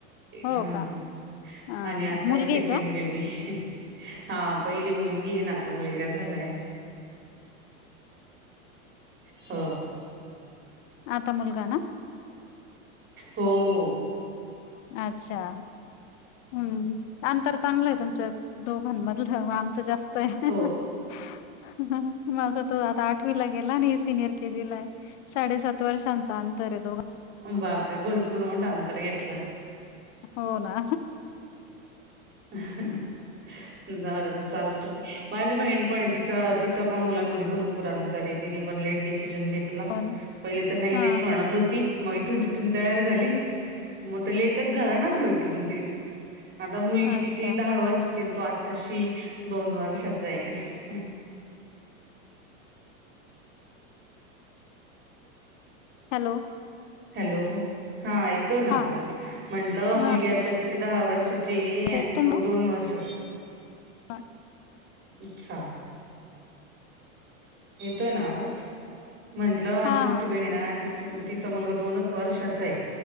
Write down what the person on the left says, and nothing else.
हो
का हा
हा मुलगी
का
आता मुलगा ना.
अच्छा. हम्म, अंतर चांगलं आहे तुमच्या दोघांमधलं व आमचं जास्त-
- माझ- तो आता आठवीला गेला आणि ही सिनिअर के जी ला आहे साडे- सात वर्षांचा अंतर आहे दोघं-
हो ना.
ना
हा
हा अच्छा
हॅलो
हा
हा
ते
तुम
हा
हा